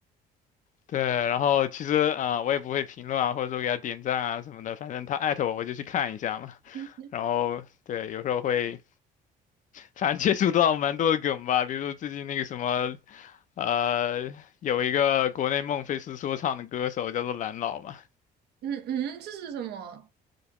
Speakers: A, on the left (about 50°); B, on the right (about 75°).
A: 对，然后其实啊、呃我也不会评论啊，或者说给他点赞啊什么的，反正他艾特我我就去看一下嘛。
B: <laughs>
A: 然后对，有时候会反正接触到蛮多的梗吧，比如说最近那个什么，呃，有一个国内孟菲斯说唱的歌手叫做蓝老嘛，
B: 嗯嗯，这是什么？